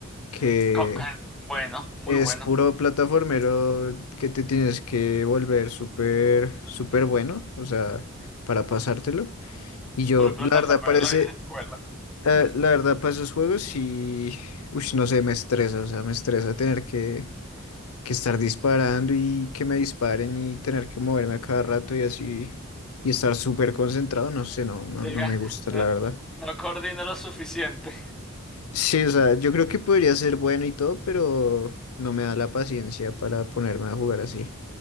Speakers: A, on the left (about 90°); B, in the centre.
A: que
B: Cuphead, bueno, muy
A: es
B: bueno.
A: puro plataformero que te tienes que volver súper, súper bueno, o sea, para pasártelo. Y yo,
B: Puro plataformero
A: la verdad, parece,
B: de la vieja escuela.
A: eh,
B: <laughs>
A: la verdad, para esos juegos y, uy, no sé, me estresa, o sea, me estresa tener que que estar disparando y que me disparen y tener que moverme a cada rato y así y estar súper concentrado, no sé, no, no,
B: Diga,
A: no me gusta,
B: eh,
A: la verdad.
B: no coordino lo suficiente.
A: Sí, o sea, yo creo que podría ser bueno y todo, pero no me da la paciencia para ponerme a jugar así.